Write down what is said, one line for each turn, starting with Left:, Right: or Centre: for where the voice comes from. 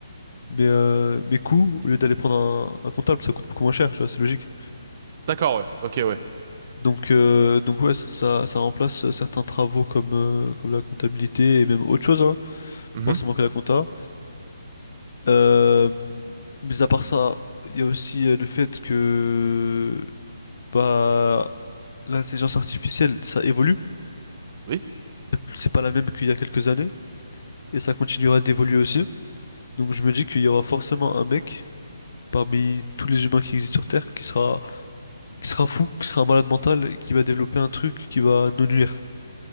Left: mais euh, mes coûts,
Right: Et-
Left: au lieu d'aller prendre un, un comptable, ça coûte beaucoup moins cher, tu vois, c'est logique.
Right: D'accord, ouais. Ok, ouais.
Left: Donc, euh, donc ouais, ça, ça, ça remplace euh, certains travaux comme, euh, comme la comptabilité et même autre chose, hein,
Right: Mhm.
Left: forcément que la compta. Euh, mais à part ça, il y a aussi euh, le fait que bah, l'intelligence artificielle, ça évolue.
Right: Oui.
Left: C'est c'est pas la même qu'il y a quelques années et ça continuera d'évoluer aussi. Donc je me dis qu'il y aura forcément un mec parmi tous les humains qui existent sur Terre qui sera qui sera fou, qui sera un malade mental et qui va développer un truc qui va nous nuire.